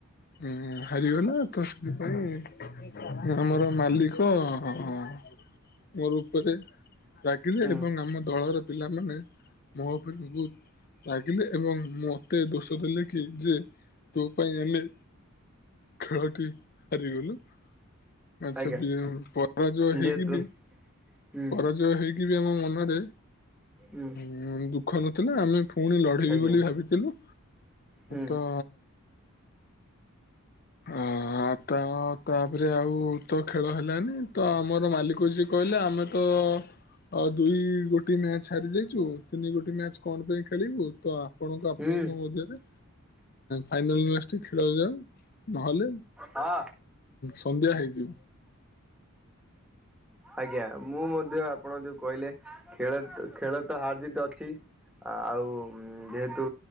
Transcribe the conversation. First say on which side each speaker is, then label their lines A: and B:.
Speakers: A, on the left (about 45°); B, in the centre.
A: ହୁଁ ହାରିଗଲା ତ ସେଥିପାଇଁ ଆମର ମାଲିକ ମୋର ଉପରେ ରାଗିଲେ
B: ହୁଁ
A: ଏବଂ ଆମ ଦଳର ପିଲାମାନେ ମୋ ଉପରେ ବହୁତ ରାଗିଲେ ଏବଂ ମତେ ଦୋଷ ଦେଲେ କି ଯେ ତୋ ପାଇଁ ଆମେ ଖେଳଟି ହାରିଗଲୁ। ଆଚ୍ଛା
B: ଆଜ୍ଞା
A: ବି ପରାଜୟ ହେଇକି
B: ଯେହେତୁ
A: ବି
B: ହୁଁ
A: ପରାଜୟ ହେଇକି ବି ଆମ ମନରେ
B: ଉଁ।
A: ଉଁ ଦୁଃଖ ନଥିଲା ଆମେ ପୁଣି ଲଢେଇିବି
B: ଆଜ୍ଞା
A: ବୋଲି ଭାବିଥିଲୁ
B: ହୁଁ
A: ତ ଆ। ଆ ତ ତାପରେ ଆଉ ତ ଖେଳ ହେଲାନି ତ ଆମର ମାଲିକ ଯିଏ କହିଲେ ଆମେ ତ ଆ ଦୁଇ ଗୋଟି ମ୍ୟାଚ ହାରି ଯାଇଛୁ ତିନି ଗୋଟି ମ୍ୟାଚ କଣ ପାଇଁ ଖେଳିବୁ ତ ଆପଣଙ୍କ ଆପଣଙ୍କ
B: ହୁଁ
A: ମଧ୍ୟରେ ଫାଇନାଲ ମ୍ୟାଚ୍ ଟି ଖେଳ ହେଇଯାଉ। ନହେଲେ
B: ହଁ
A: ସନ୍ଧ୍ୟା ହେଇଯିବ।
B: ଆଜ୍ଞା, ମୁଁ ମଧ୍ୟ ଆପଣ ଯୋଉ କହିଲେ ଖେଳ ଖେଳ ତ ହାରଜିିତ ଅଛି। ଆଉ ଯେହେତୁ